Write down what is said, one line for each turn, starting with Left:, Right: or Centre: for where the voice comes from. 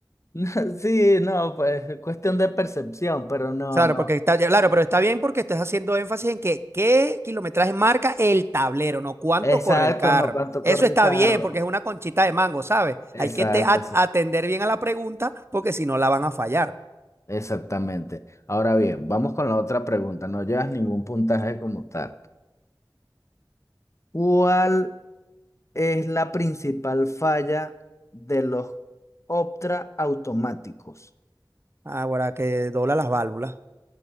Left: <laughs> Sí, no, pues es cuestión de percepción, pero no,
Right: Claro,
Left: no.
Right: porque está, claro, pero está bien porque estás haciendo énfasis en que qué kilometraje marca el tablero, no cuánto
Left: Exacto,
Right: corre el carro.
Left: no, cuánto corre
Right: Eso está
Left: el carro.
Right: bien porque es una conchita de mango, ¿sabes?
Left: Exacto,
Right: Hay que te- a-
Left: exa-
Right: atender bien a la pregunta porque si no la van a fallar.
Left: exactamente. Ahora bien, vamos con la otra pregunta. No llevas ningún puntaje como tal. ¿Cuál es la principal falla de los Optra automáticos.
Right: Ahora que dobla las válvulas.